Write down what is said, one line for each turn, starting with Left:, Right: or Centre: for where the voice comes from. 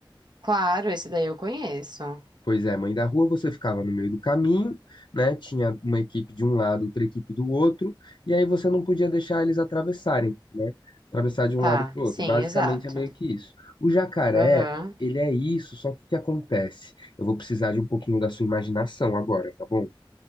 Right: Claro, esse daí eu conheço.
Left: Pois é, Mãe da Rua, você ficava no meio do caminho, né? Tinha uma equipe de um lado, outra equipe do outro, e aí você não podia deixar eles atravessarem, né? Atravessar de um
Right: Tá,
Left: lado para o outro.
Right: sim,
Left: Basicamente
Right: exato.
Left: é meio que isso. O jacaré,
Right: Aham.
Left: ele é isso, só que o que acontece? Eu vou precisar de um pouquinho da sua imaginação agora, tá bom?